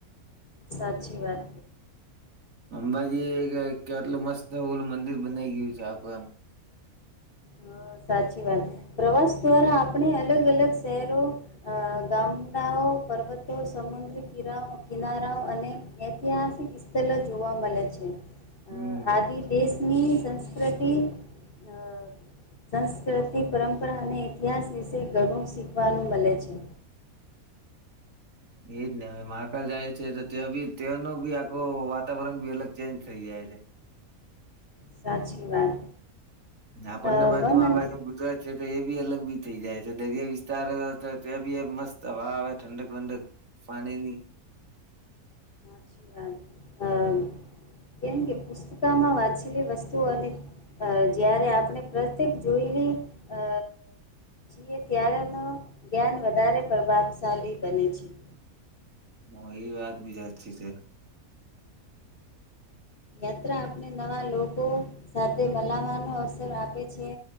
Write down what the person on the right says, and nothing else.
અંબાજી એક કેટલું મસ્ત ઓલું મંદિર બનાઈ ગયું છે આખું એમ
હમ
એજ નેવે મહાકાલ જાય છે તો તયાં બી તેંનું બી આખું વાતાવરણ બી અલગ ચેન્જ થઈ જાય છે.
આપણ
ને બાજુ
આ
બાજુ ગુજરાત છે તો એ બી અલગ બી થઈ જાય છે દરિયા વિસ્તાર ત્યાં બી એ મસ્ત હવા આવે ઠંડક ઠંડક. ફાણીની
હો એ વાત બી હાચી છે.